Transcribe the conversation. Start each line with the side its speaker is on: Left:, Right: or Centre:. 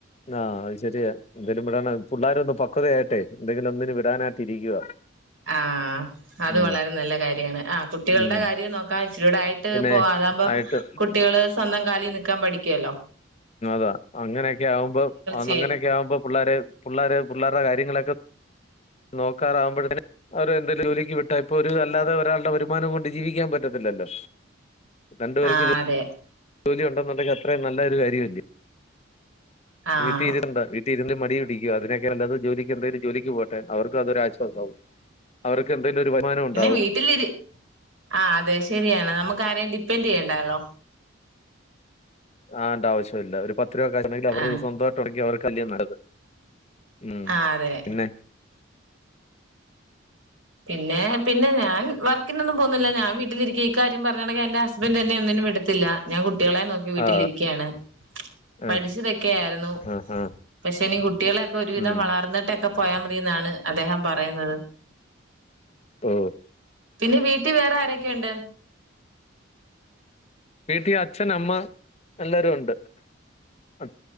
Left: ആ അത് ശരിയാ എന്തേലും വിടണം പിള്ളോര ഒന്ന് പക്വതയായിട്ടെ എന്തെങ്കിലും ഒന്നന് വിടാനായിട്ട് ഇരിക്കുവ
Right: ആ അത്
Left: ഉം
Right: വളരെ നല്ല കാര്യണ്. ആ കുട്ടികളുടെ
Left: ഉം
Right: കാര്യം നോക്കാ ഇച്ചിരൂടെ ആയിട്ട്
Left: പിന്നെ
Right: പോ അതാകുമ്പം
Left: ആയിട്ട്
Right: കുട്ടികള് സ്വന്തം കാലിൽ നിക്കാൻ പഠി കേലോ
Left: അ അങ്ങനെയൊക്കെ ആകുമ്പോ അ
Right: ചെയ്യും
Left: അങ്ങനെയൊക്കെ ആകുമ്പോ പിള്ളേർ പിള്ളോര് പിള്ളേരുടെ കാര്യങ്ങളൊക്കെ നോക്കാറാാവുമ്പോഴത്തന് അവര് എന്തേലും ജോലിക്ക് വിട്ടാ ഇപ്പൊ ഒരു അല്ലാതെ ഒരാളുടെ വരുമാനം കൊണ്ട് ജീവിക്കാൻ പറ്റത്തില്ലല്ലോ രണ്ടുപേർക്ക്
Right: ആ അതെ
Left: ജോലി ഉണ്ടെന്നുണ്ടെങ്കിൽ അത്രയും നല്ല ഒരു കാര്യമല്ലേ
Right: ആഹ്
Left: വി തീതിരന്താ വി രുന്ന് മടി പിടിക്ക അതിനൊക്കെ അല്ലത് ജോലിക്ക് എന്തെങ്കും ജോലിക്ക് പോട്ടെ അവർക്ക് എന്തെങ്കിലും ആശ്വാസം ആവും അവർക്ക് എന്തെങ്കിലും ഒരു വരുമാനം ഉണ്ടാവും
Right: വീട്ടിലിര് അ അതെ ശരിയാണ് നമുക്ക് ആരെയും ഡിപ്പെൻഡ് ചെയ്യണ്ടല്ലോ
Left: ആ ആവശ്യം ഇല്ല ഒരു പത്ത് <unintelligible>
Right: ആഹ്
Left: <unintelligible> മ്മ്
Right: ആഹ് അതെ
Left: പിന്നെ
Right: പിന്നെ പിന്നെ ഞാ വർക്കിനൊന്നും പോന്നുന്നില്ല ഞാൻ വീട്ടിരിക്ക ഈ കാര്യം പറഞ്ഞുണെങ്കിൽ എൻന്റെ ഹസ്ബൻഡ് എന്നന്നെ ഒന്നിനും വിടത്തില്ല കുട്ടികളെ നോക്കി വീട്ടിലിരിക്കയാണ്
Left: ആ ആ
Right: പഠിച്ചതൊക്കെയ ആയിരുന്നു
Left: ആ ആ
Right: പക്ഷെ ഇനി കുട്ടികളെയൊക്കെ ഒരുവിധം
Left: ഉം
Right: വളർന്നിട്ടൊക്കെ പോയാമ ന്നാണ് അദ്ദേഹം പറയുന്നത്
Left: ആഹ
Right: പിന്നെ വീട്ട ട്ടി വേറെ ആരൊക്കെ ഉണ്ട്
Left: വീട്ടിൽ അച്ഛൻ അമ്മ എല്ലാരും ഉണ്ട് അ